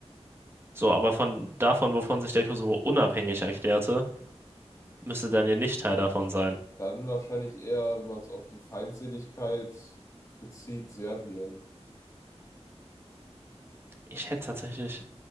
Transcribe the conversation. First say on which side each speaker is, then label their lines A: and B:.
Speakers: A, on the right (about 20°); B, on the left (about 30°).
A: So, aber von davon, wovon sich der Kosovo unabhängig erklärte, müsste dann Daniel nicht Teil davon sein.
B: Dann wahrscheinlich eher, wenn man es auf die Feindseligkeit bezieht, Serbien.
A: Ich hätte tatsächlich.